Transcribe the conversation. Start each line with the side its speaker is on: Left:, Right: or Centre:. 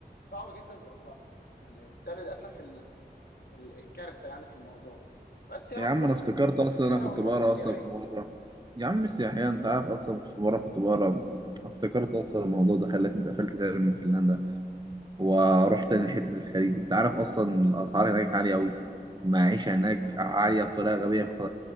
Left: صعب جدا تروح لها يعني ده للاسف ال... ال... الكارثه يعني في الموضوع بس يا
Right: يا
Left: رب
Right: عم
Left: الواحد
Right: انا افتكرت
Left: يت-
Right: اصلا
Left: يتغنى
Right: انا كنت
Left: ويروحها
Right: بقرا
Left: سياحيا
Right: اصلا في مره يا عم السياحيه
Left: امم
Right: انت عارف اصلا في مره كنت بقرا افتكرت اصلا الموضوع ده خلتني اتقفلت تاني من فنلندا ورحت تاني لحته الخليج انت عارف اصلا الاسعار هناك عاليه قوي المعيشه هناك
Left: آه طبعا
Right: عاليه بطريقه غبيه خ-